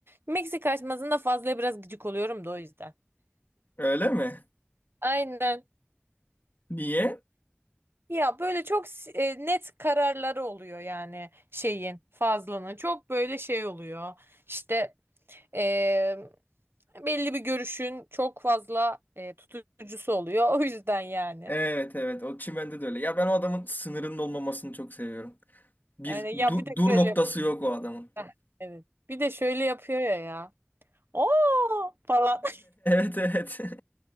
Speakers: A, on the right; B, on the left.
A: Meksika açmasında fazla biraz gıcık oluyorum da o yüzden.
B: Öyle mi?
A: Aynen.
B: Niye?
A: Ya böyle çok s- e, net kararları oluyor yani şeyin Fazlının çok böyle şey oluyor işte e, belli bir görüşün çok fazla e, tutucusu oluyor <laughs> o yüzden yani.
B: Evet evet o çimende de öyle. Ya ben o adamın sınırının olmamasını çok seviyorum. Bir
A: Aynen
B: du-
A: ya bir de
B: dur
A: şöyle
B: noktası
A: yap-
B: yok o adamın.
A: Heh,
B: <laughs>
A: evet bir de şöyle yapıyor ya ya. Oo falan. <laughs>
B: Evet evet.